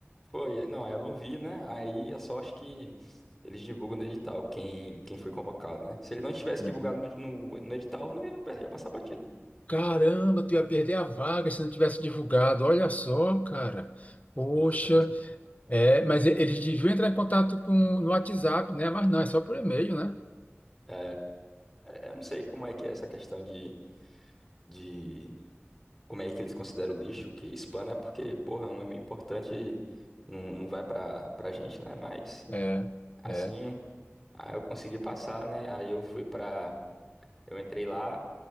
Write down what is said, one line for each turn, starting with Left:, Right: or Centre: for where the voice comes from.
Centre: Foi, aí- não, aí eu não vi, né? Aí a sorte que eles divulgam no edital quem, quem foi convocado, né? Se eles não tivessem
Left: Uhum.
Centre: divulgado no, no edital, não ia, ia passar batido.
Left: Caramba, tu ia perder a vaga se não tivesse divulgado. Olha só, cara. Poxa,
Centre: Exatamente.
Left: é, mas e- eles deviam entrar em contato com no WhatsApp, né? Mas não, é só por e-mail, né?
Centre: É, é, eu não sei como é que é essa questão de, de como é que eles consideram o lixo, que spam, né? Porque, porra, é um e-mail importante, não, não vai pra, pra gente, né? Mas,
Left: É,
Centre: assim,
Left: é.
Centre: aí eu consegui passar, né? Aí eu fui pra. Eu entrei lá,